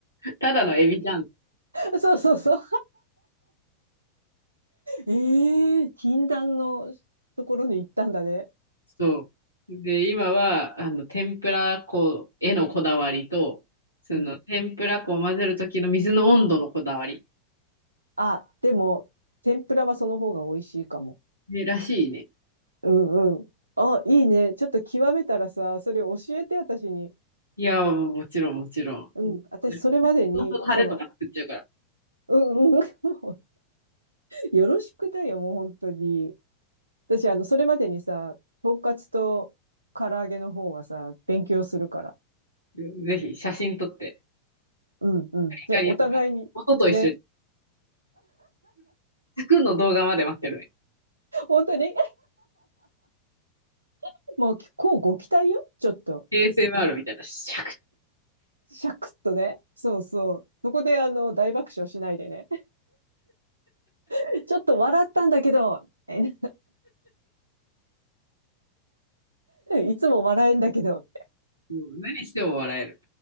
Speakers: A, on the left; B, on the right.
A: ただのエビじゃん。
B: う。<laughs> そうそうそう。ええー、禁断のところに行ったんだね。
A: そう。で、今は、あの、天ぷら粉へのこだわりと、その、
B: うん。
A: 天ぷら粉を混ぜる時の水の温度のこだわり。
B: あ、でも、天ぷらはその方が美味しいかも。
A: ね、らしいね。
B: うんうん。あ、いいね。ちょっと極めたらさ、それ教えて、私に。
A: いや、もちろん、もちろん。
B: うん。私、
A: ね、
B: それまでに、
A: ほとんどタレとか作っちゃうから。
B: その、うんうん。<laughs> もうよろしくだよ、もう本当に。私、あの、それまでにさ、とんかつと唐揚げの方はさ、勉強するから。
A: ぜひ写真撮って、
B: うんうん。じゃあ、
A: 光、
B: お互いに、
A: 音と一緒に、
B: ね。
A: サクッの動画まで待ってるね。
B: 本当に、<laughs> もう、こうご期待よ。ちょっと。
A: ASMR みたいな、シャクッ
B: シャクッとね。そうそう。そこで、あの、大爆笑しないでね。<laughs> ちょっと笑ったんだけど、<laughs> いつも笑えんだけど。
A: もう何しても笑える。